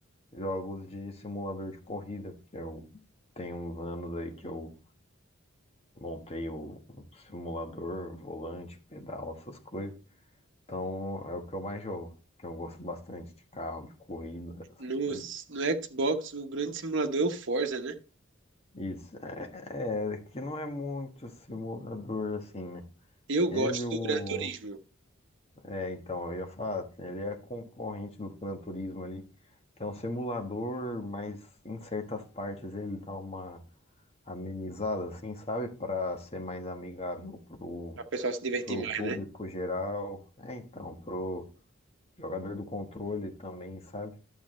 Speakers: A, on the left; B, on the right.
A: Jogos de simulador de corrida, porque eu tenho uns anos aí que eu montei o um simulador, volante, pedal, essas coisas. Então é o que eu mais jogo, que eu gosto bastante de carro, de corrida, essas
B: No,
A: coisas.
B: no Xbox, o grande simulador é o Forza, né?
A: Isso, é, é que não é muito simulador assim, né?
B: Eu
A: Ele,
B: gosto
A: o.
B: do Gran Turismo,
A: É, então, eu ia falar, ele é concorrente do Gran Turismo ali, que é um simulador, mas em certas partes ele dá uma amenizada, assim, sabe? Para ser mais amigável pro,
B: para o pessoal se divertir
A: pro
B: mais,
A: público
B: né?
A: geral. É, então, pro jogador do controle também, sabe?